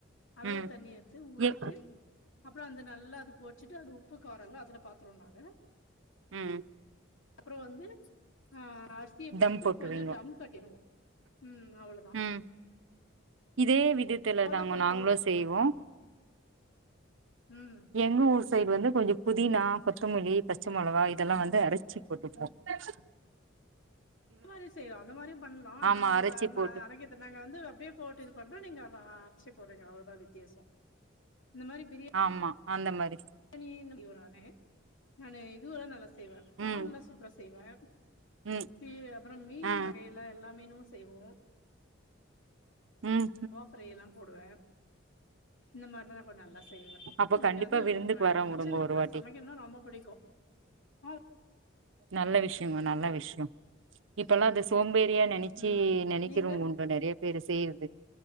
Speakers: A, on the left; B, on the right.
A: அளவு
B: ம்
A: தண்ணி எடுத்து ஊத்திட்டு
B: எ
A: அப்பறம் அந்த நல்லா அது கோச்சிட்டு அது உப்பு காரம் எல்லாம் அதுல பாத்துருவோம் நாங்க
B: ம்
A: அப்புறோ வந்து ஆ அரிசிய போட்டு
B: தம் போட்டுருவீங்கோ
A: கொஞ்சோ டம் கட்டிருவோ ம் அவளோ தா
B: ம் இதே விதத்துல
A: அவ்ளோதா
B: தாங்க
A: கோட்டோல்ல
B: நாங்களு செய்வோ
A: ஆ ம்
B: எங்க ஊர் சைடு வந்து கொஞ்ச புதினா கொத்தமல்லி பச்ச மொளகா இதெல்லா வந்து அரைச் சி போட்டு வச்சுக்குவோ
A: ம் அந்த மாரி செய்யலா அந்த மாரியு பண்ணலாம்
B: ஆமா
A: நாங்க
B: அரச்சி
A: அந்த
B: போட்டு
A: அரைக்க இது நாங்க வந்து அப்டியே போட்டு இது பண்றோ நீங்க வ அரைச்சு போடுறீங்க அவ்ளோ தா வித்தியாசோ இந்த மாரி பிரி
B: ஆமா அந்த மாரி
A: நானு இது எல்லாமே இது நல்லா ச செய்வே பிரான்
B: ம்
A: எல்லாம் சூப்பரா செய்வே
B: ம்
A: <unintelligible> அப்புறோ மீன்
B: ஆ
A: வகை எல்லா எல்லா மீனும் செய்வோ
B: ம்
A: ஆஃப் ப்ரைய தா போடுவே இந்த மாரிலாம் நான் கொஞ்ச நல்லா செய்வேன்
B: அப்ப
A: எனக்கு
B: கண்டிப்பா
A: அதும்
B: விருந்துக்கு
A: அ
B: வரே
A: கிச்சன்ல
B: வுடுங்க
A: இப்ப
B: ஒரு வாட்டி
A: சமைக்கணும்னா ரொம்ப புடிக்கும் ஆ
B: நல்ல விஷ்யங்க நல்ல விஷ்யம் இப்பல்லாம் அது சோம்பேறியா நெனச்சி
A: ம்
B: நெனைக்றவங்க
A: நீங்க
B: உண்டு நெறயா பேரு செய்றது